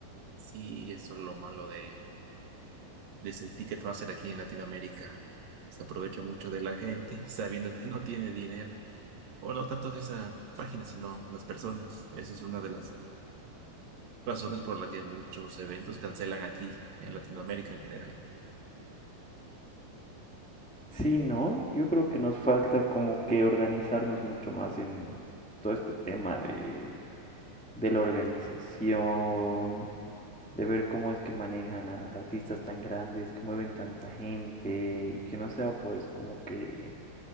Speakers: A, on the right (about 65°); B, in the centre.
A: Sí, eso es lo malo de, de ese ticket ser aquí en Latinoamérica. Se aprovecha mucho de la gente <laughs> sabiendo que no tiene dinero. O no tanto esa página, sino las personas. Esa es una de las razones por la que muchos eventos cancelan aquí en Latinoamérica en general. <laughs>
B: Sí, ¿no? Yo creo que nos falta como que organizarnos mucho más en todo este tema de, de la organización, de ver cómo es que manejan a artistas tan grandes, que mueven tanta gente y que no sea pues como que